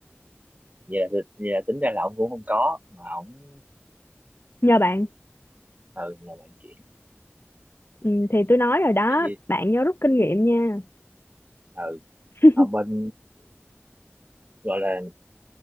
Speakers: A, on the right; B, on the left.
A: vậy là, vậy là tính ra là ông cũng không có mà ông
B: nhờ bạn
A: ừ là bạn chuyển
B: ừ,
A: này
B: thì tôi nói rồi đó
A: tại vì
B: bạn nhớ rút kinh nghiệm nha
A: ừ
B: <laughs>
A: ông bên gọi là